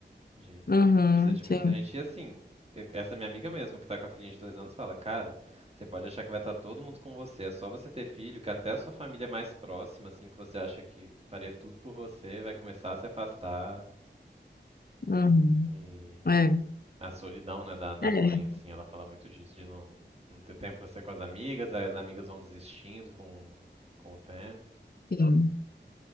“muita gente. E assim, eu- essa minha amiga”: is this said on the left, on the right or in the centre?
Right